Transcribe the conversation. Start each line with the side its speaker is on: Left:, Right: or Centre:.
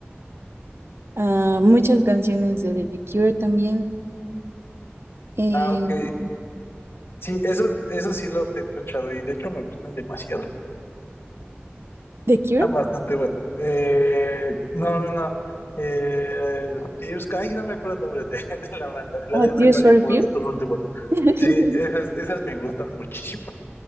Right: ah, muchas canciones de The Cure también. em,
Left: Ah, ok. Sí, esos, esos sí los he escuchado y de hecho me gustan demasiado.
Right: ¿The Cure?
Left: Están bastante buenos. Eh, no, no, no. Eh, Tears, ay, no me acuerdo el nombre de, <laughs> de la banda, la
Right: Ah,
Left: de Everybody
Right: Tears for
Left: Wants
Right: Fears.
Left: to Rule the World.
Right: <laughs>
Left: Sí, esas, esas me gustan muchísimo.